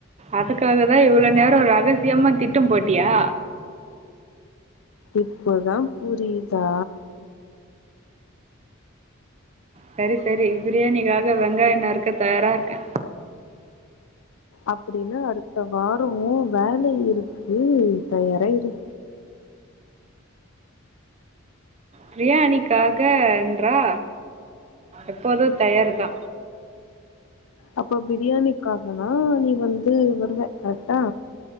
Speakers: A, on the right; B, on the left.
A: அதுக்காக தா இவ்ளோ நேரோ ரகசியமா திட்டம் போட்டியா
B: இப்போதா புரியுதா
A: சரி சரி பிரியாணிக்காக வெங்காயோ நறுக்க தயாரா இருக்கேன்
B: அப்டின்னா அடுத்த வாரோ வேல இருக்கு தயாரா இரு
A: பிரியாணிக்காக என்றா எப்போதும் தயாரு தா
B: அப்ப பிரியாணிக்காகனா நீ வந்து வருவ கரெக்டா